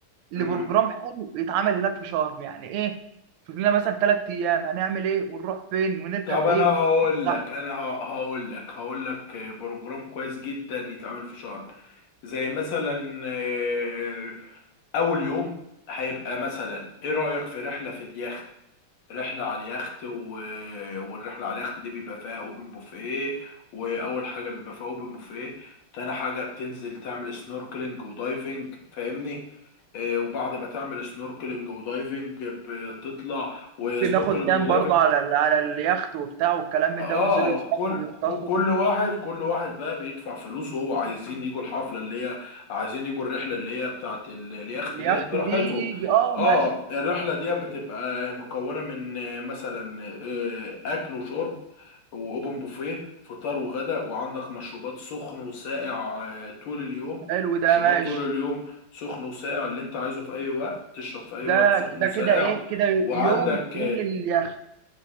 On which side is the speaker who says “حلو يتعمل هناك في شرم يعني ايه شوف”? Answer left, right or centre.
Right